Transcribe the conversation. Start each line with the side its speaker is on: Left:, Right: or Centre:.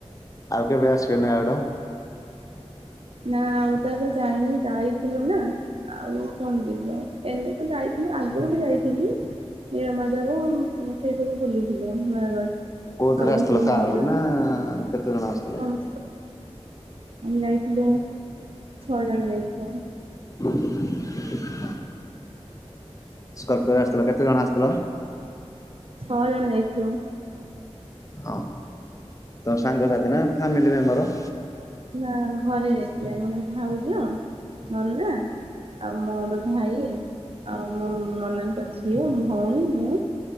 Left: ଆଉ କେବେ ଆସିବେନି ୟାଡ?
Right: ନା ଆଉ ତ ଏବେ ଯାଇନି ଯାଇଥିଲୁ ନା ଆଉ କଣ ଯିବା ଏଇନା ତ ଯାଇଥି ଲି ଆଗରୁ ବି ଯାଇଥିଲି ନୀଳମାଧବ ଉଁ ସେଇ ସବୁ ବୁଲି ଥିଲୁ ନୟାଗଡ
Left: କୋଉଥିରେ
Right: ଆହୁରି
Left: ଆସିଥିଲ
Right: ସବୁ
Left: କାରରେ
Right: ମନ୍ଦିର
Left: ନା କେତେ ଜଣ ଆସିଥିଲେ?
Right: <unintelligible> ଆମେ ଯାଇଥିଲୁ ଛଅ ଜଣ ଯାଇଥିଲୁ।
Left: <inaudible> ସ୍କର୍ପିଓରେ ଆସିଥିଲ କେତେ ଜଣ ଆସିଥିଲ?
Right: ଛଅ ଜଣ ଯାଇଥିଲୁ।
Left: ଓ ତମ ସାଙ୍ଗସାଥି ନା ଫ୍ୟାମିଲି ମେମ୍ବର।
Right: ନା ଘରେ ଯାଇଥିଲେ ମାନେ ଭାଉଜ ନନା ଆଉ ମୋର ଭାଇ, ଆଉ ମୋ ନନାଙ୍କ ଝିଅ, ଭୋଉଣୀ, ମୁଁ